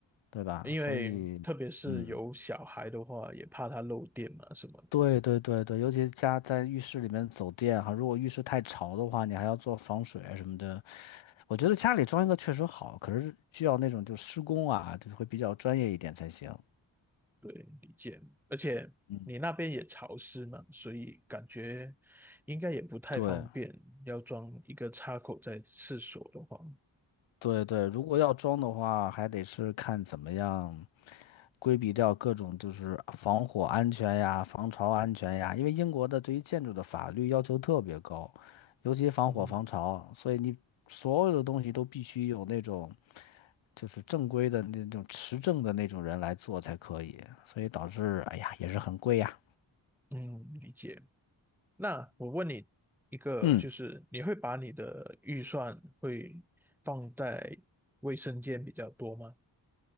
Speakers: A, on the left; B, in the centre.
A: 对吧？
B: 因为特别是有小孩的话，
A: 所以，嗯。
B: 也怕它漏电嘛什么的，
A: 对对对对，尤其家在浴室里面走电哈，如果浴室太潮的话，你还要做防水啊什么的。我觉得家里装一个确实好，可是需要那种就施工啊，就会比较专业一点才行。
B: 对，理解。而且你那边也潮湿嘛，
A: 嗯，
B: 所以感觉应该也不太方便，
A: 对
B: 要装一个插口在厕所的话，
A: 对对，如果要装的话，还得是看怎么样规避掉各种就是防火安全呀、防潮安全呀，因为英国的对于建筑的法律要求特别高，尤其防火防潮，
B: 嗯
A: 所以你所有的东西都必须有那种。就是正规的那种持证的那种人来做才可以，所以导致哎呀也是很贵呀。
B: 嗯，理解。那我问你一个，
A: 嗯，
B: 就是你会把你的预算会放在卫生间比较多吗？